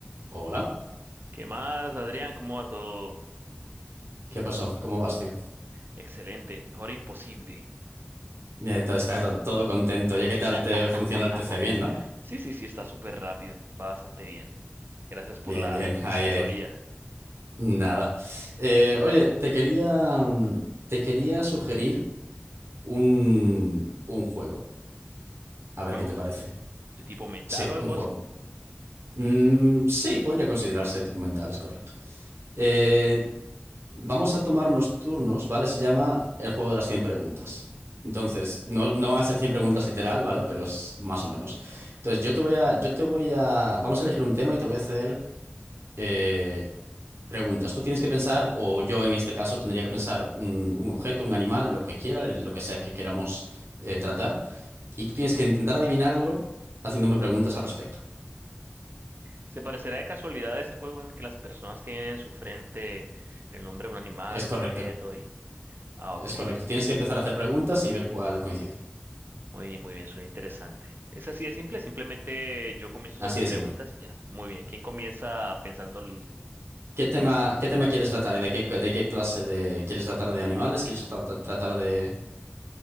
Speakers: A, on the right (about 85°); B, on the right (about 60°).
A: Hola,
B: ¿Qué más, Adrián? ¿Cómo va todo?
A: ¿qué pasó? ¿Cómo vas, tío?
B: Excelente, mejor imposible.
A: Eh, todo, está to- todo contento. Oye,
B: <laughs>
A: ¿qué tal te funciona el PC? Bien, ¿no?
B: Sí, sí, sí, está súper rápido, va bastante bien. Gracias por
A: Bien,
B: la
A: bien, ahí,
B: asesoría.
A: ahí. Nada. Eh, oye, te quería, mm, te quería sugerir un, un juego. A
B: ¿Un
A: ver
B: juego
A: qué te parece.
B: de tipo mental
A: Sí,
B: o
A: un
B: algo
A: juego.
B: así?
A: Mm, sí, podría considerarse tipo mental, es correcto. Eh,
B: Ok, listo.
A: Vamos a tomarnos turnos, ¿vale? Se llama el juego de las 100 preguntas. Entonces, no, no van a ser 100 preguntas literal, ¿vale? Pero es más o menos. Entonces, yo te voy a, yo te voy a, vamos a elegir un tema y te voy a hacer eh, preguntas. Tú tienes que pensar, o yo en este caso tendría que pensar un, un objeto, un animal, lo que quiera, lo que sea que queramos eh, tratar. Y tú tienes que intentar adivinarlo haciéndome preguntas al respecto.
B: ¿Se parecerá de casualidad a ese juego en el que las personas tienen en su frente el nombre de un animal,
A: Es
B: un
A: correcto,
B: objeto y... Ah,
A: es
B: ok.
A: correcto. Tienes que empezar a hacer preguntas y ver cuál coincide.
B: Muy bien, muy bien, suena interesante. Es así de simple, simplemente yo comienzo a
A: Así
B: hacerte
A: de
B: preguntas
A: simple.
B: y ya. Muy bien, ¿quién comienza pensando el
A: ¿Qué tema, qué tema quieres tratar? ¿De qué, de qué clase de... ¿Quieres tratar de animales? ¿Quieres tra- tra- tratar de...